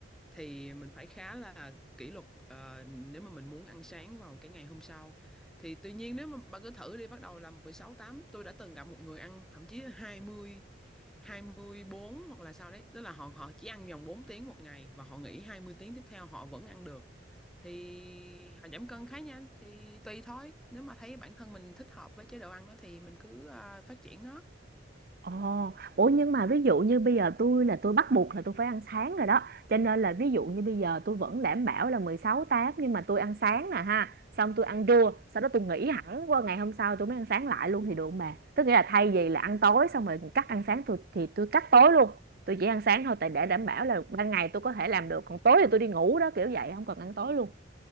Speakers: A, in the centre; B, on the right.
A: thì mình phải khá là kỷ luật ờ, nếu mà mình muốn ăn sáng vào cái ngày hôm sau thì tuy nhiên nếu mà bạn cứ thử đi bắt đầu là mười sáu tám tôi đã từng gặp một người ăn thậm chí là hai hai mươi hai mươi bốn hoặc là sao đấy tức là họ họ chỉ ăn vòng 4 tiếng một ngày và họ nghỉ 20 tiếng tiếp theo họ vẫn ăn được thì họ giảm cân khá nhanh thì tùy thôi nếu mà thấy bản thân mình thích hợp với chế độ ăn đó thì mình cứ ờ, phát triển nó
B: Ồ, ủa nhưng mà ví dụ như bây giờ tôi là tôi bắt buộc là tôi phải ăn sáng rồi đó Cho nên là ví dụ như bây giờ tôi vẫn đảm bảo là mười sáu tám nhưng mà tôi ăn sáng nè ha Xong tôi ăn trưa, sau đó tôi nghỉ hẳn qua ngày hôm sau tôi mới ăn sáng lại luôn thì được không bà Tức nghĩa là thay vì là ăn tối xong rồi cắt ăn sáng tôi thì tôi cắt tối luôn Tôi chỉ ăn sáng thôi tại để đảm bảo là ban ngày tôi có thể làm được Còn tối thì tôi đi ngủ đó kiểu vậy không cần ăn tối luôn